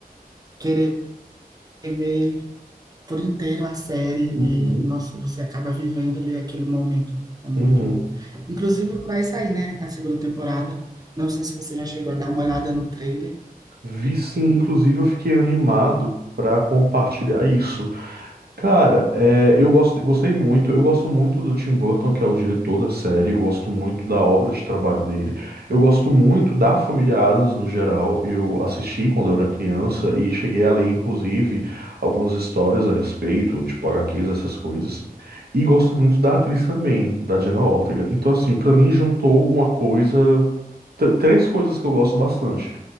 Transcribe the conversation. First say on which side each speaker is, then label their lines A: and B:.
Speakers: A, on the right; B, on the right.
A: querer ver por inteiro a série
B: uhum,
A: e, nossa, você acaba vivendo ali aquele momento. É muito
B: uhum.
A: bom. Inclusive, vai sair, né, a segunda temporada. Não sei se você já chegou a dar uma olhada no trailer.
B: Vi sim, inclusive eu fiquei animado para compartilhar isso. Cara, é, eu gosto, gostei muito. Eu gosto muito do Tim Burton, que é o diretor da série. Eu gosto muito da obra de trabalho dele. Eu gosto muito da família Adams no geral. Eu assisti quando eu era criança e cheguei a ler, inclusive, algumas histórias a respeito, tipo HQs, essas coisas. E gosto muito da atriz também, da Jenna Ortega. Então, assim, pra mim juntou uma coisa, tr- três coisas que eu gosto bastante.